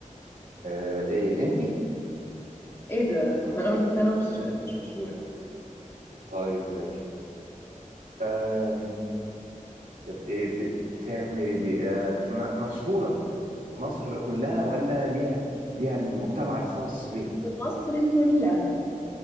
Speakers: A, on the right (about 85°); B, on the left (about 20°).
A: آه ايه انتي
B: ايه ده <laughs> انا قلت ان انا مش
A: م-
B: مش مشهورة
A: طيب ماشي آم، طب ايه بت- بتعمل ايه دي آه م- مشهورة في مصر كلها ولا ليها ليها المجتمع الخاص بيها
B: في مصر كلها